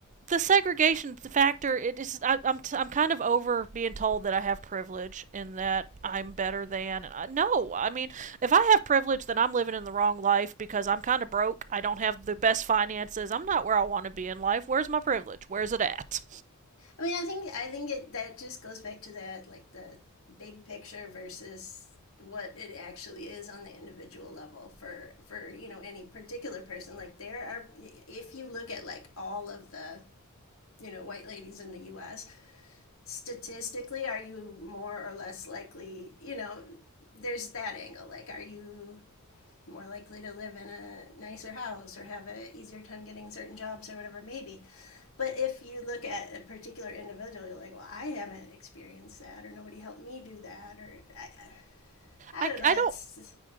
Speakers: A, on the right; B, on the left.
A: the segregation factor it is I, I'm t- I'm kind of over being told that I have privilege and that I'm better than I, no I mean if I have privilege then I'm living in the wrong life because I'm kind of broke I don't have the best finances I'm not where I want to be in life where's my privilege where's it at
B: I mean, I think I think it that just goes back to that like the big picture versus what it actually is on the individual level for for you know any particular person like there are if you look at like all of the you know white ladies in the US statistically are you more or less likely you know there's that angle like are you more likely to live in a nicer house or have an easier time getting certain jobs or whatever maybe but if you look at a particular individual you're like well i haven't experienced that or nobody helped me do that or i, I
A: I,
B: don't know
A: I
B: that's
A: don't